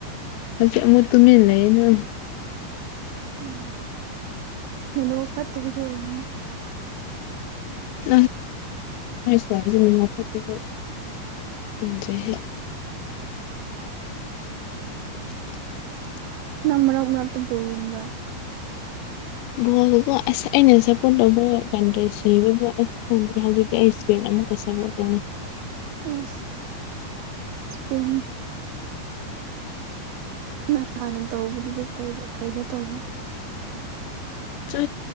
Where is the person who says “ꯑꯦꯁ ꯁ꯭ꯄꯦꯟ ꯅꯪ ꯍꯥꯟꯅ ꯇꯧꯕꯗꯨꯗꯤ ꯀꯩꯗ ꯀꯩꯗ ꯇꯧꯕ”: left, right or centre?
Right